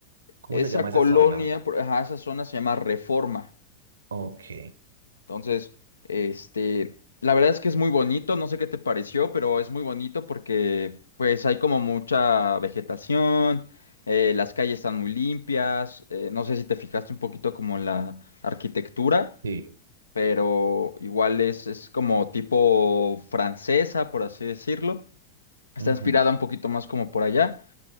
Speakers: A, on the right; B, on the left.
A: ¿cómo
B: esa
A: se llama
B: colonia,
A: esa zona?
B: por- ajá, esa zona se llama Reforma.
A: Ok,
B: Ok. Entonces, este, la verdad es que es muy bonito, no sé qué te pareció, pero es muy bonito porque, pues, hay como mucha vegetación, eh, las calles están muy limpias, eh, no sé si te fijaste un poquito como en la arquitectura,
A: sí,
B: pero igual es, es como tipo francesa, por así decirlo. Está
A: ujú.
B: inspirada un poquito más como por allá.